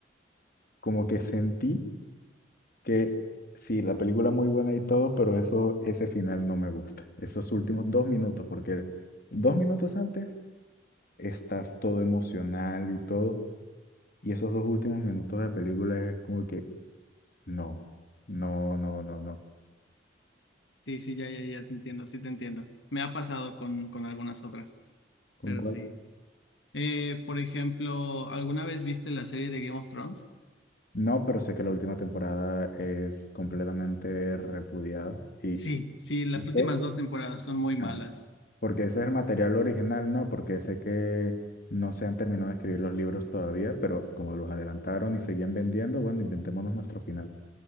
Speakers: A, on the left; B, on the left.
A: como que sentí. que sí, la película muy buena y todo, pero eso, ese final no me gusta. Esos últimos dos minutos, porque dos minutos antes estás todo emocional y todo, y esos dos últimos minutos de película es como que no, no, no, no, no.
B: sí, sí, ya, ya, ya te entiendo, sí te entiendo. Me ha pasado con, con algunas otras,
A: ¿Con
B: pero
A: cuál?
B: sí. Eh, por ejemplo, ¿alguna vez viste la serie de Game of Thrones?
A: No, pero sé que la última temporada es completamente repudiada y,
B: Sí, sí, las
A: ¿Y sé?
B: últimas dos temporadas son muy malas.
A: ah, Porque ese es el material original, ¿no? Porque sé que no se han terminado de escribir los libros todavía, pero como los adelantaron y seguían vendiendo, bueno, inventémonos nuestro final.